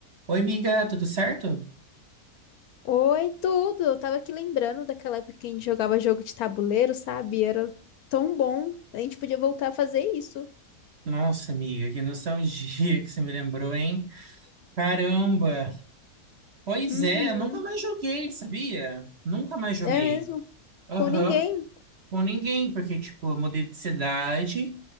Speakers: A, on the right; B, on the left.
A: Oi, amiga, tudo certo?
B: Oi, tudo! Eu tava aqui lembrando daquela época que a gente jogava jogo de tabuleiro, sabe? Era tão bom. A gente podia voltar a fazer isso.
A: Nossa, amiga, que nostalgia que você me lembrou, hein? Caramba! Pois
B: Uhum.
A: é, eu nunca mais joguei, sabia? Nunca mais joguei.
B: É mesmo?
A: Aham,
B: Com ninguém.
A: com ninguém, porque, tipo, eu mudei de cidade